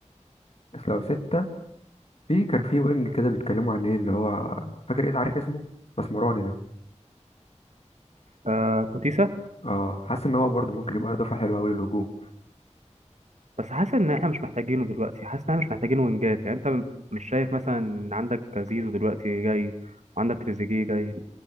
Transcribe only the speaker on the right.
آه كوتيسا
بس حاسس ان احنا مش محتاجينه دلوقتي حاسس ان احنا مش محتاجين وينجات يعني انت م- مش شايف مثلا ان عندك زيزو دلوقتي جاي وعندك تريزيجيه جاي